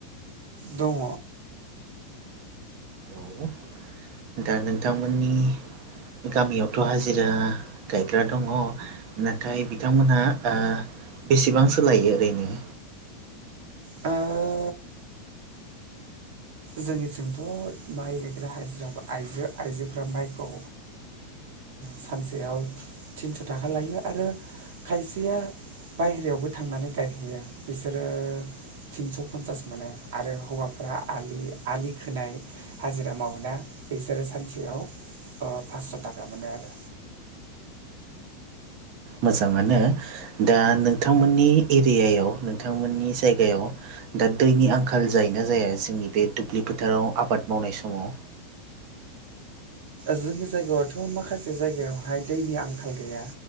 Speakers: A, on the right; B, on the right.
A: दङ
B: <unintelligible> दा नोंथांमोननि गामियावथ' हाजिरा गायग्रा दङ नाथाय बिथांमोनहा बेसेबांसो लायो ओरैनो
A: ओ जोंनिथिंथ' माइ गायग्रा हाजिरा आइजो आइजोफ्रा माइखौ सानसेयाव थिनस' थाखा लायो आरो खायसेया बायहेरायावबो थांनानै गायहैयो बिसोरो थिनस' पन्सास मोनो आरो हौवाफ्रा आलि आलि खोनाय हाजिरा मावो ना बिसोरो सानसेयाव फासस' थाखा मोनो आरो
B: मोजाङानो दा नोंथांमोननि एरियायाव नोंथांमोननि जायगायाव दा दैनि आंखाल जायोना जाया जोंनि बे दुब्लि फोथाराव आबाद मावनाय समाव
A: जोंनि जायगायावथ' माखासे जायगायावहाय दैनि आंखाल गैया